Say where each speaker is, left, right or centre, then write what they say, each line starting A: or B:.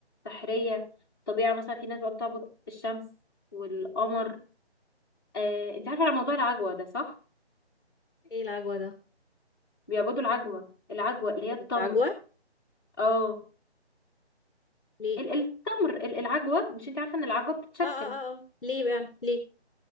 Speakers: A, on the left; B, on the left.
A: السحرية الطبيعة مثلا في ناس بقى بتعبد الشمس والقمر آه، انت عارفة على موضوع العجوة ده صح؟
B: ايه العجوة ده
A: بيعبدوا العجوة العجوة اللي
B: جابوا
A: هي التمر
B: العجوة
A: اه
B: ليه
A: ال- التمر ال- العجوة مش انت عارفة ان العجوة بتتشكل
B: اه اه اه آه. ليه بقى يعني ليه